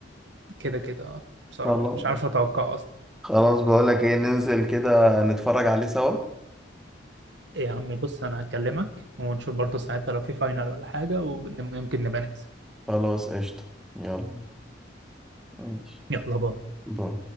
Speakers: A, on the right; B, in the centre.
A: كده كده آه، بصراحه
B: خلاص
A: مش عارف اتوقع اصلا
B: خلاص بقولك ايه ننزل كده نتفرج عليه سوا
A: إيه يا عمي بص انا هكلمك ونشوف برضه ساعتها لو في فاينل ولا حاجه ويمكن نبقى ننزل
B: خلاص قشطة يلا ماشي
A: يلا باي
B: باي